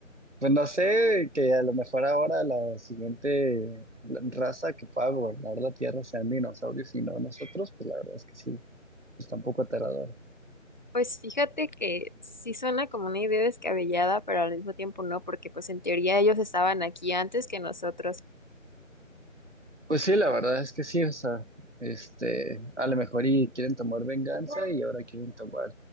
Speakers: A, on the right (about 60°); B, on the left (about 35°).
A: Pues no sé, que a lo mejor ahora la siguiente raza que pueda gobernar la Tierra sean dinosaurios y no nosotros, pues la verdad es que sí, está un poco aterrador.
B: Pues fíjate que sí suena como una idea descabellada, pero al mismo tiempo no, porque pues en teoría ellos estaban aquí antes que nosotros.
A: Pues sí, la verdad es que sí, o sea, este, a lo mejor y quieren tomar venganza y ahora quieren tomar,